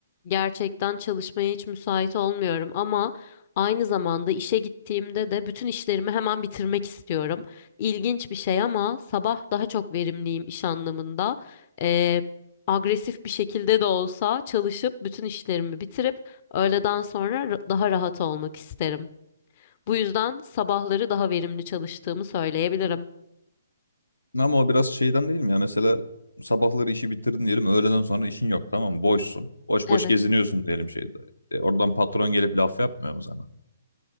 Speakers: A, on the left; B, on the left.
A: gerçekten çalışmaya hiç müsait olmuyorum ama aynı zamanda işe gittiğimde de bütün işlerimi hemen bitirmek istiyorum. İlginç bir şey ama sabah daha çok verimliyim iş anlamında. E, agresif bir şekilde de olsa çalışıp bütün işlerimi bitirip öğleden sonra ra- daha rahat olmak isterim. Bu yüzden sabahları daha verimli çalıştığımı söyleyebilirim.
B: Ama o biraz şeyden değil mi ya? Mesela sabahları işi bitirdin diyelim, öğleden sonra işin yok tamam mı? Boşsun. Boş
A: Evet.
B: boş geziniyorsun diyelim şeyde. E, oradan patron gelip laf yapmıyor mu sana?